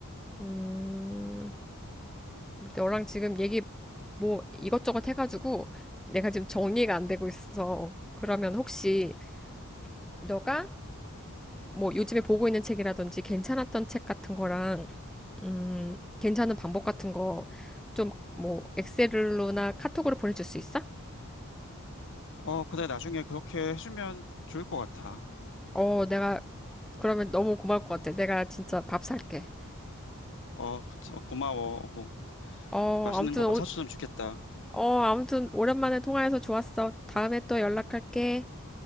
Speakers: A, in the centre; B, on the left.
A: 음, 너랑 지금 얘기 뭐 이것저것 해가지고 내가 지금 정리가 안 되고 있어. 그러면 혹시 너가 뭐 요즘에 보고 있는 책이라든지 괜찮았던 책 같은 거랑 음, 괜찮은 방법 같은 거 좀 뭐 엑셀로나 카톡으로 보내줄 수 있어?
B: 어, 그래, 나중에 그렇게 해주면 좋을 것 같아.
A: 어, 내가 그러면 너무 고마울 것 같아. 내가 진짜 밥 살게.
B: 어, 그쵸. 고마워. 뭐,
A: 어,
B: 맛있는
A: 아무튼
B: 거
A: 오,
B: 사주면 좋겠다.
A: 어, 아무튼 오랜만에 통화해서 좋았어. 다음에 또 연락할게.